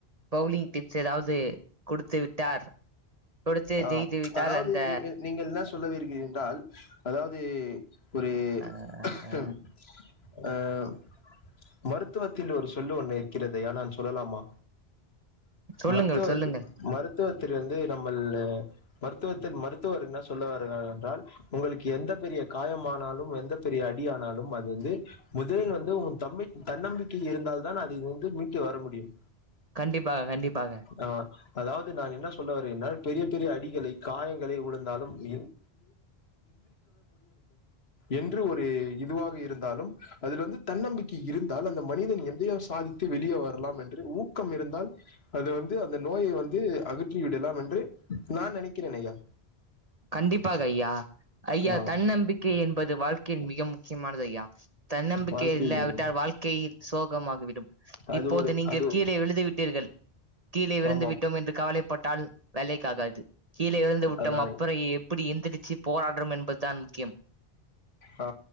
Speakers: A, on the right (about 35°); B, on the left (about 75°).
A: பவுலிங் டிப்ஸ் ஏதாவது குடுத்து விட்டார் கொடுத்து
B: ஆ
A: ஜெயித்து விட்டால்
B: அதாவது
A: அந்த
B: நீங்கள் நீங்கள் என்ன சொல்லுவீர்கள் என்றால் அதாவது ஒரே
A: அ அ
B: அம் அ அம் மருத்துவத்தில் ஒரு சொல்லு ஒன்னு இருக்கிறது ஆனால் சொல்லலாமா
A: சொல்லுங்கள்
B: மருத்துவ
A: சொல்லுங்கள்
B: மருத்துவத்தில் இருந்து வந்து நம்மல்லு மருத்துவத்தில் மருத்துவர் என்ன சொல்லவருவார் என்றால் உங்களுக்கு எந்த பெரிய காயமானாலு எந்த பெரிய அடி ஆனாலு அது வந்து முதலில் வந்து உன் தம்பி தன்னம்பிக்கை இருந்தால் தான் அதை வந்து மீட்டு வர முடியும்
A: கண்டிப்பாக கண்டிப்பாக
B: ஆ அதாவது நான் என்ன சொல்ல வரேன்னால் பெரிய பெரிய அடிகளை காயங்களை உழுந்தாலும் <inaudible> என்று ஒரு இதுவாக இருந்தாலும் அதுல வந்து தன்னம்பிக்கை இருந்தால் அந்த மனிதன் எதையோ சாதித்து வெளியே வரலாம் என்று ஊக்கம் இருந்தால் அது வந்து அந்த நோயை வந்து அகற்றி விடலாம் என்று நான் நினைக்கிறேன் ஐயா
A: கண்டிப்பாக ஐயா ஐயா
B: ஆஹ்
A: தன்னம்பிக்கை என்பது வாழ்க்கின் மிக முக்கியமானது ஐயா தன்னம்பிக்கை
B: வாழ்க்கையில்
A: இல்ல விட்டால் வாழ்க்கையில் சோகமாகிவிடும் இப்போது
B: அது ஒரு
A: நீங்கள்
B: அது
A: கீழே விழுது விட்டீர்கள் கீழே விழுந்து
B: ஆமாம்
A: விட்டோம் என்று கவலை பட்டால் வேலைக்காகாது கீழே விழுந்து விட்டம்
B: அதான்
A: அப் அப்பற எப்பிடி எந்திரிச்சி போராடறம் என்பதுதான் முக்கியம்
B: ஆ